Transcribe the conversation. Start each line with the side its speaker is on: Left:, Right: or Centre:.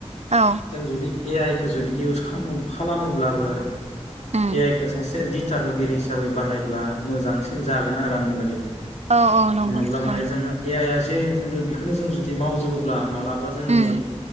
Right: औ
Left: जों जुदि ए आइ जुदि इउस खालाम खालामोब्लाबो आरो।
Right: उम
Left: ए आइ खौ सासे दि था होगिरि हिसाबै बाहायब्ला मोजांसिन जागोन आरो आंनि बादिब्ला।
Right: औ औ नंगौ
Left: नङाब्ला
Right: नंगौ
Left: माने जोङो ए आइ आ जे बुंदों बेखौनो जों जुदि मावजोबोब्ला माला बा जोंनि
Right: उम